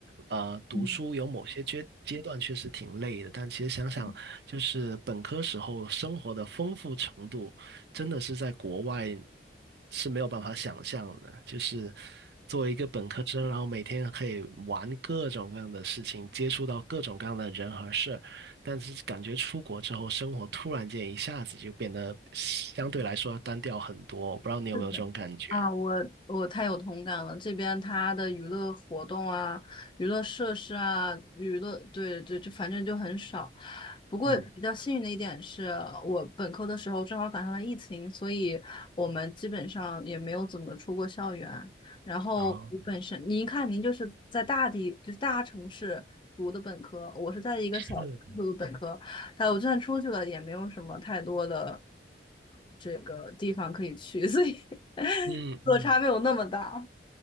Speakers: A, on the right (about 65°); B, on the left (about 25°).
A: 呃读书有某些阶阶段确实挺累的，
B: 嗯，
A: 但其实想想，
B: <clears throat> 嗯，
A: 就是本科时候生活的丰富程度，真的是在国外是没有办法想象的。就是作为一个本科生，然后每天可以玩各种各样的事情，接触到各种各样的人和事儿但是感觉出国之后，生活突然间一下子就变得相对来说要单调很多。我不知道你有没有这种感觉？
B: 是的。啊，我我太有同感了。这边它的娱乐活动啊、娱乐设施啊、娱乐，对对，就反正就很少。不过比较幸运的一点是，
A: 嗯，
B: 我本科的时候正好赶上了疫情，所以我们基本上也没有怎么出过校园。然后我本身，
A: 哦，
B: 您看，您就是在大地，就是大城市读的本科，我是在一个小城市读的本科，
A: 是，
B: 哎，我就算出去了，也没有什么太多的这个地方可以去，所以 <laughs>
A: 嗯嗯，
B: 落差没有那么大。